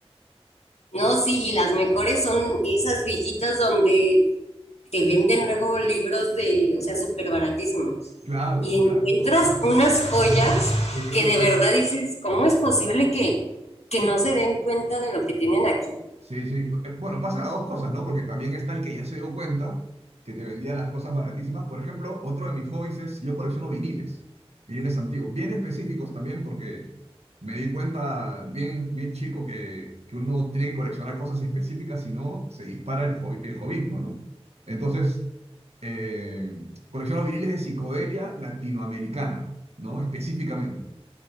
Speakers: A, on the left; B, on the right.
A: No, sí, y las mejores son esas viejitas donde te venden luego libros de, o sea, súper baratísimos.
B: Claro,
A: Y encuentras
B: claro.
A: unas joyas
B: Sí,
A: que de verdad dices, ¿cómo es posible que, que no se den cuenta de lo que tienen aquí?
B: Sí, sí. Eh, Bueno, pasan las dos cosas, ¿no? Porque también está el que ya se dio cuenta que te vendía las cosas baratísimas. Por ejemplo, otro de mis hobbies es, yo colecciono viniles, viniles antiguos, bien específicos también porque me di cuenta bien, bien chico que, que uno tiene que coleccionar cosas específicas, si no, se dispara el, hobi- el hobbyismo, ¿no? Entonces, eh, colecciono viniles de psicodelia latinoamericana, ¿no? Específicamente.